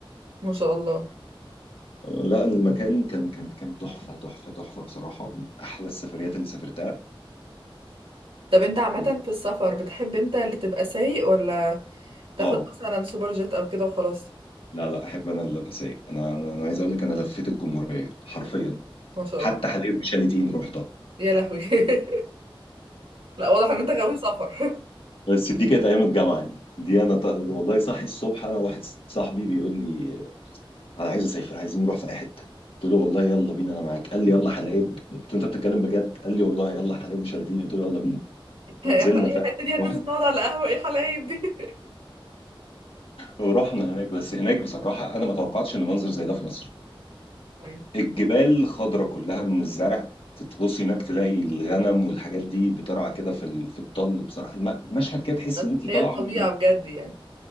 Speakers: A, on the right (about 80°); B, on the left (about 75°).
A: ما شاء الله
B: لا المكان كان كان كان تحفة تحفة تحفة بصراحة من أحلى السفريات اللي سافرتها
A: طب انت عامة
B: و...
A: في السفر بتحب انت اللي تبقى سايق ولا تاخد
B: آه
A: مثلا سوبر جيت او كده وخلاص
B: لا لا أحب أنا اللي أبقى سايق أنا أنا أنا عايز أقول لك أنا لفيت الجمهورية حرفيا
A: ما شاء
B: حتى
A: الله
B: حلايب وشاليتين رحتها
A: يا لهوي <laughs> لا واضح ان انت غاوي سفر
B: بس دي كانت أيام الجامعة دي دي أنا ط... والله صاحي الصبح أنا واحد صاحبي بيقول لي أنا عايز أسافر عايزين نروح في أي حتة قلت له والله يلا بينا أنا معاك قال لي يلا حلايب قلت له أنت بتتكلم بجد قال لي والله يلا حلايب وشاليتين قلت له يلا بينا
A: <laughs>
B: ونزلنا
A: احنا اي
B: فعلا
A: حتة دي هننزل نقعد على قهوة ايه حلايب دي <laughs>
B: ورحنا هناك بس هناك بصراحة أنا ما توقعتش إن منظر زي ده في مصر
A: مم.
B: الجبال خضرة كلها من الزرع تبص هناك تلاقي الغنم والحاجات دي بترعى كده في ال- في الطل بصراحة الم- المشهد كده تحس إن أنت
A: اللي
B: طالعة
A: هي الطبيعة
B: من
A: بجد يعني